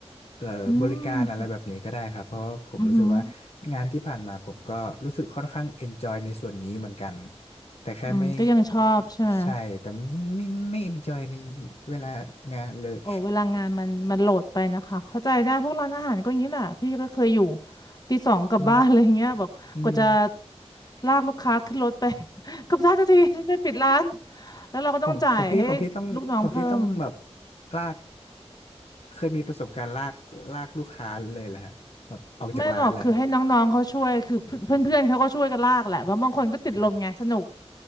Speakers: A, on the left (about 65°); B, on the left (about 35°).
A: หรือบริการอะไรแบบนี้ก็ได้ครับเพราะผมรู้สึกว่า
B: อืมอือหือ
A: งานที่ผ่านมาผมก็รู้สึกค่อนข้างเอนจอยในส่วนนี้เหมือนกันแต่แค่ไม่
B: อืมก็ยังชอบใช่ไหม
A: ใช่แต่ไม่ไม่ไม่เอนจอยในเวลางานเลย
B: โอ้เวลางานมันมันโหลดไปนะคะเข้าใจได้พวกร้านอาหารก็อย่างนี้แหละพี่ก็เคยอยู่ตีสองกลับบ้านอะไรเงี้ยแบบกว่าจะ
A: อืมอืม
B: ลากลูกค้าขึ้นรถไป <laughs> กลับได้ทันทีฉันจะปิดร้านแล้วเราก็ต้องจ่ายให้ลูกน้องเพิ่ม
A: ของของพี่ของพี่ต้องของพี่ต้องแบบลากเคยมีประสบการณ์ลากลากลูกค้าเลยแหละแบบออกจากร้านแหละ
B: ไม่หรอกคือให้น้องๆเขาช่วยคือเพื่อนเพื่อนๆเขาก็ช่วยกันลากแหละว่าะบางคนก็ติดลมไงสนุก
A: อม